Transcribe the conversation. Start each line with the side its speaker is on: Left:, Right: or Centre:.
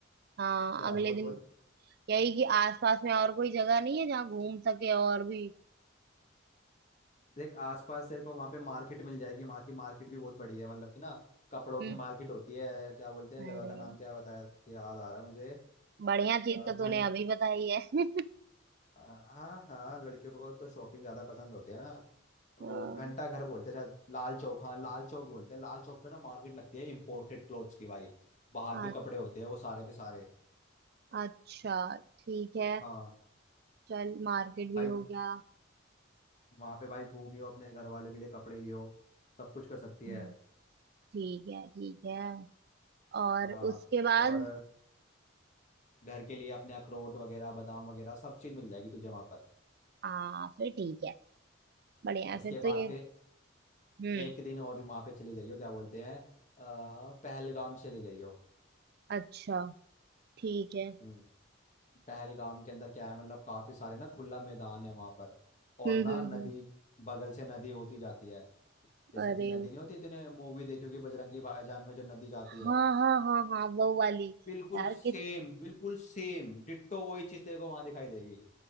Right: हाँ
Left: क्या
Right: अगले
Left: बोल
Right: दिन
Left: बोल
Right: यही कि आस पास में और कोई जगह नहीं है जहाँ घूम सके और भी
Left: देख आसपास तेरे को वहाँ पे मार्केट मिल जाएगी वहाँ की मार्केट भी बहुत बढ़िया है मतलब कि ना कपड़ों
Right: हम्म,
Left: की मार्केट होती है क्या बोलते हैं
Right: अरे
Left: जगह का नाम क्या बताया कि याद आ रहा है मुझे अ,
Right: बढ़िया चीज तो तूने
Left: घंट
Right: अभी बताई है <laughs>
Left: अ, हाँ हाँ लड़कियों को तो शॉपिंग ज़्यादा पसंद होती है ना वो
Right: हाँ,
Left: घंटा घर बोलते हैं शायद लाल चौक हाँ लाल चौक बोलते हैं लाल चौक पे ना मार्केट लगती है इम्पोर्टेड क्लोथ्स की भाई बाहर
Right: अ-
Left: के कपड़े होते हैं वो सारे के सारे
Right: अच्छा ठीक है
Left: हाँ
Right: चल मार्केट
Left: भाई
Right: भी हो गया
Left: वहाँ पे भाई घूमियो अपने घर वालों के लिए कपड़े लियो सब कुछ कर सकती है
Right: हम्म, ठीक है ठीक है और
Left: हाँ
Right: उसके बाद
Left: और घर के लिए अपने अखरोट वगैरह बादाम वगैरह सब चीज़ मिल जाएगी तुझे वहाँ पर
Right: हाँ फिर ठीक है बढ़िया है
Left: उसके
Right: फिर
Left: बाद
Right: तो ये
Left: फिर
Right: हम्म
Left: एक दिन और वहाँ पे चले जाइयो क्या बोलते हैं अ, पहलगाम चले जाइयो
Right: अच्छा ठीक है
Left: हम्म, पहलगाम के अंदर क्या है मतलब काफ़ी सारे ना खुला मैदान है वहाँ पर और
Right: हम्म
Left: ना
Right: हम्म
Left: नदी
Right: हम्म
Left: बगल से नदी होती जाती है जैसे
Right: अरे
Left: कि नदी नहीं होती तूने मूवी देखी होगी बजरंगी भाईजान में जो नदी जाती
Right: हाँ
Left: है
Right: हाँ हाँ हाँ वो वाली
Left: बिल्कुल
Right: यार
Left: सेम
Right: कित
Left: बिल्कुल सेम डिट्टो वही चीज़ तेरे को वहाँ दिखाई देगी